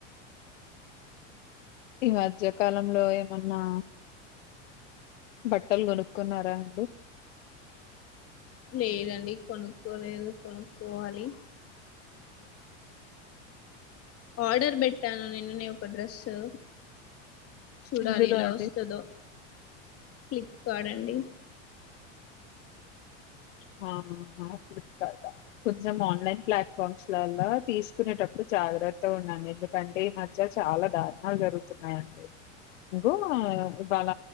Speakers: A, on the left (about 80°); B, on the left (about 40°).
A: ఈ మధ్యకాలంలో ఏమన్నా బట్టలు కొనుక్కున్నారా అండి
B: లేదండి కొనుక్కోలేదు కొనుక్కోవాలి ఆర్డర్ పెట్టాను నిన్ననే ఒక డ్రస్సు చూడాలి
A: ఇందులో
B: ఇలా
A: అండి
B: వస్తదో ఫ్లిప్కార్డ్ అండి
A: హమ్మ ఫ్లిప్కార్డ్ ఆ కొంచెం ఆన్లైన్ ప్లాట్ఫామ్స్ లల్ల తీసుకునేటప్పుడు జాగ్రత్త ఉండండి ఎందు కంటే ఈ మధ్య చాలా దారుణాలు జరుగుతున్నాయండి ఇగో ఇవాళ